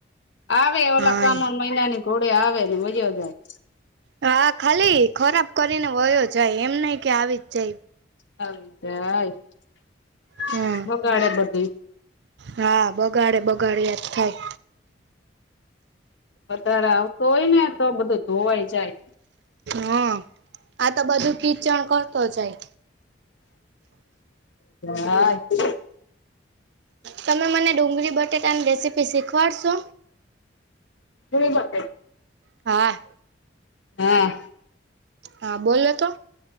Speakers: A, on the left (about 70°); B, on the right (about 65°).
A: આવે ઓલા
B: હા
A: સામાન મહિનાની ઘોડે આવે ને વઈ યા જાય
B: હા ખાલી ખરાબ કરીને વયો જાય એમ નહિ કે આવી જ જાય
A: <unintelligible>
B: હમ
A: બગાડે પછી
B: હા બગાડે બગાડે યાદ થાય
A: વધારે આવતો હોય ને તો બધું ધોવાઈ જાય
B: હા આ તો બધું કીચણ કરતો જાય
A: હા <inaudible>
B: તમે મને ડુંગળી બટેટાની રેસીપી શીખવાડશો
A: ત ગતે <inaudible>
B: હા.
A: હા.
B: હા બોલો તો